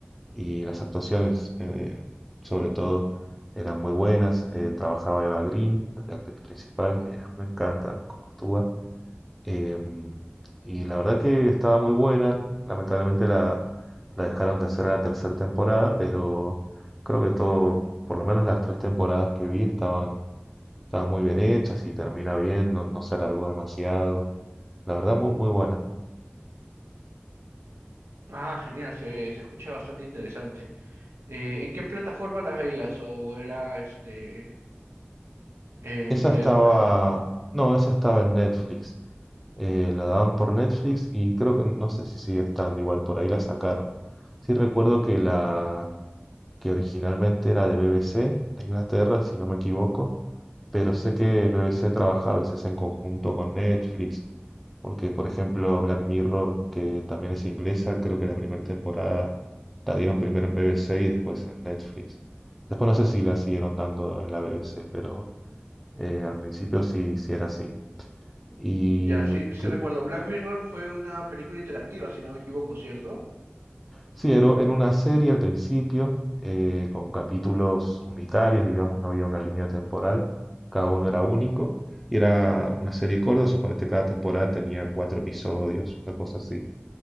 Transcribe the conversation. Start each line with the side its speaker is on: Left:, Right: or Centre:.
Centre: y las actuaciones, eh, sobre todo, eran muy buenas. Eh, trabajaba Eva Green, la actriz principal, que a mí me encanta cómo actúa. Eh, y la verdad que estaba muy buena. Lamentablemente la, la dejaron de hacer en la tercera temporada, pero creo que todo, por lo menos las tres temporadas que vi, estaban, estaban muy bien hechas y termina bien, no, no se alargó demasiado. La verdad, muy, muy buena.
Right: Ah, genial, se, se escucha bastante interesante. Eh, ¿en qué plataforma las veías o era este en
Centre: Esa
Right: TV
Centre: estaba,
Right: por cable?
Centre: no, esa estaba en Netflix. Eh, la daban por Netflix y creo que no sé si sigue estando igual, por ahí la sacaron. Sí recuerdo que la que originalmente era de BBC de Inglaterra, si no me equivoco, pero sé que BBC trabaja a veces en conjunto con Netflix, porque por ejemplo Black Mirror, que también es inglesa, creo que la primera temporada la dieron primero en BBC y después en Netflix. Después no sé si la siguieron dando en la BBC, pero eh, al principio sí, sí era así. Y
Right: Ya, sí,
Centre: de-
Right: sí
Centre: de-
Right: recuerdo. Black Mirror fue una película interactiva, si no me equivoco, ¿cierto?
Centre: sí, era, era una serie al principio, eh, con capítulos unitarios, digamos, no había una línea temporal, cada uno era único, y era una serie corta, suponete cada temporada tenía cuatro episodios, una cosa así.